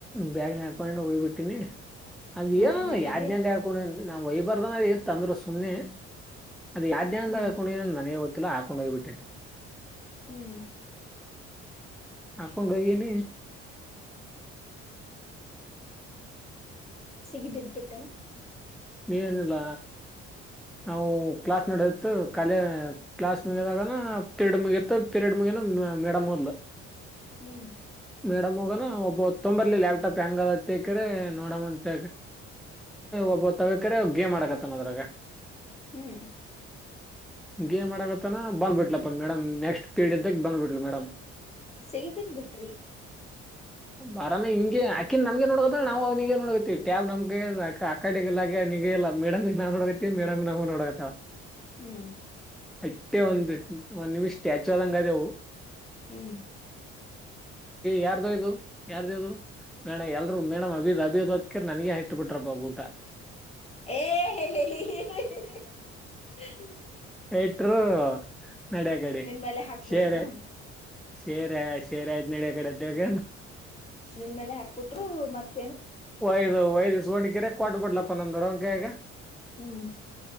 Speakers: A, in the centre; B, on the left.
A: ಬ್ಯ್ ನ ಹರ್ಕೊಂಡು ಹಯ್ಬ ಬಿಟ್ಟತಿನಿ ಅ್
B: ಮನ್ಯಾಗ
A: ಏನು
B: ಹೇಳಾರೆ
A: ಯಾರ್ ಅಂತ ಹೇಳ್ಕೊಂಡ ನಾ್ ಹೊಯ್ಬರ್ದ ತಂದ್ರ ಸುಮ್ಮನೆ ಅದು ಯಾದ್ಯಂದ
B: ಹ್ಮ್
A: ಹಾಕೊಂಡನ ನನಗೆ ಗೊತ್ತಿಲ್ಲ ಹಾಕೊಂಡು ಹೋಗ್ಬಿಟ್ಟನೆ
B: ಹ್ಮ್
A: ಆಕೊಂಡ ರನ
B: ಸಿಗಿ ಬಿಿದ್ದಿಪಟ್ಟಣ
A: ನೀನುನುಲ್ಲ ನಾವು ಕ್ಲಾಸ್ ನಡದತ್ತು ಕಾಲ ಕ್ಲಾಸ್ ಮುಗಿದಾಗ ಪಿರಿಯಡ್ ಮುಗಿಯತತ್ತು ಪೀರಿಯಡ್ ಮುಗ ಮೇಡಮ್ ಮೊದ್ಲ
B: ಹ್ಮ್
A: ಮೇಡಮ್ ಹೋಗನ ಒಬ್ಬ ಒತ್ತೊಂಬರ್ಲಿ ಲ್ಾಪ್ಟಾಪ್ ಹೆಂಗದತ್ತಕ್ರ ನೋಡಮ್ಮಂತ ಒಬ್ಬ ತವಕ್ರ ಗೇಮ ಆಕತ್ತನ್ೋದ್ರಾಗ
B: ಹ್ಮ್
A: ೇ್ ಆಗತ್ತತನ ಬಂದ್ಬಟ್ಲಪ್ಪ ಮೇಡಮ್ ನೆಕ್ಸ್ಟ್ ಪೀರಡ್ ಇದ್ದ ಬಂದ್ಬಿಟ್ಲ ಮೇಡಮ್
B: ಸಿಹಿಪದು ಬಿಟಿ
A: ಬರಾನ ಹಿಗೆ ಆಕಿನ್ ನಮ್ಗೆ ನೋಡಕದ್ರ ನಾ ಅವನಿಗೆ ನೋಡಕತಿವಿ ಟ್ಯಾಬ್ ನಮ್ಗೆ ಅಕಾಡೆಲ್ಲೆ ನಗ ಎಲ್ಲ ಮೇಡಮ್ ನಾ ನೋಡಗತ್ತತಿ ಮೇಡಮ್ ನಾವ ನೋಡಗತ
B: ಹ್ಮ್
A: ಅತ್ತೆ ಒಂದು್ ಒಂದ್ ನಿಮ್ ಸ್ಟ್ಯಾಚು ಅದಂಗ ಅದೆವು
B: ಹ್ಮ್
A: ಯಾರ್ದ ಇದು ಯಾರ್ದ ಅದು ಮೇಡ ಎಲ್ರುೂ ಮೇಡಮ್ ಅಭಿ ಅಭಿ ಹೊತ್ಕರ್ ನನಗ ಹಟ್ಟ ಬಿಟ್ರಪ್ಪ ಊಟ
B: ಏ
A: ಎಟರು ನಡೆಗಡಿ
B: ನಿನ್ ಮೇಲೆ ಹಾಕ್ಬಿಟ್ರನು
A: ಶೇರೆ ಶೇರ ಶೇರ್ ಆಯ್ತ್ ನಡಿಯ ಕಡೆ್ದವಗ
B: ನಿನ್ ಮೇಲೆ ಹಾಕ್ಬಿಟ್ರು ಮತ್ತೆ
A: ಒಯದ ವಯದ್ಯ ಸುವಣಿಕರೆ ಕೊಟ್ ಬಿಡ್ಲಪ್ಪಾ ನಮೊಡಕ ಹಗ
B: ಹ್ಮ್